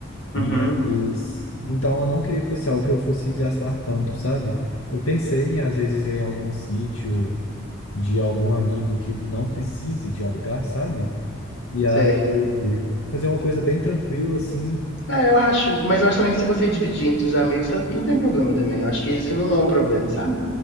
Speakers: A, on the left; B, on the left.
A: Mas,
B: Uhum.
A: então, eu não queria que fosse algo que eu fosse gastar tanto, sabe? Eu pensei em, às vezes, ver em algum sítio de algum amigo que não precise de alugar, sabe? E
B: Certo.
A: aí, fazer uma coisa bem tranquila, assim.
B: Ah, eu acho, mas eu acho também que se você dividir entre os amigos, tá- não tem problema também. Eu acho que isso não é um problema, sabe?